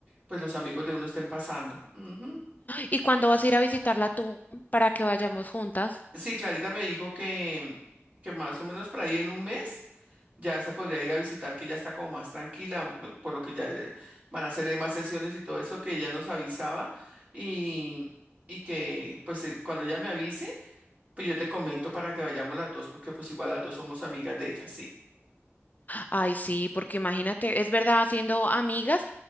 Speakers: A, on the right (about 35°); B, on the left (about 35°).
A: pues los amigos de uno estén pasando. Ujú.
B: ¿Y cuándo vas a ir a visitarla tú para que vayamos juntas?
A: Sí, Clarita me dijo que, que más o menos por ahí en un mes. Ya se podría ir a visitar, que ya está como más tranquila, p- por lo que ya eh, van a hacerle más sesiones y todo eso que ella nos avisaba y, y que pues eh, cuando ella me avise, pues yo te comento para que vayamos las dos, porque pues igual las dos somos amigas de ella, sí.
B: Ay, sí, porque imagínate, es verdad, haciendo amigas